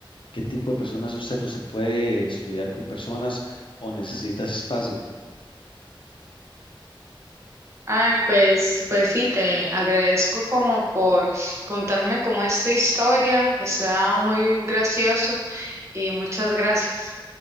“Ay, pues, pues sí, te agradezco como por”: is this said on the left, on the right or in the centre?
Right